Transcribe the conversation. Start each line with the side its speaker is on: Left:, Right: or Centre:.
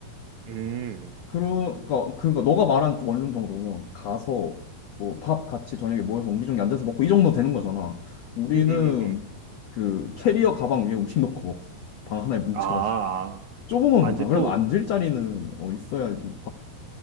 Right: 음
Left: 그러니까 그러니까 너가 말한 원룸 정도면 가서 뭐 밥 같이 저녁에 모여서 옹기종기 앉아서 먹고 이 정도 되는 거잖아. 우리는
Right: 음음음 음.
Left: 그 캐리어 가방 위에 음식 <laughs> 넣고 먹었어. 방 하나에 뭉쳐가지고.
Right: 아아
Left: 좁은 건
Right: 아,
Left: 괜찮아.
Right: 근데 또
Left: 그래도 앉을 자리는 어, 있어야지.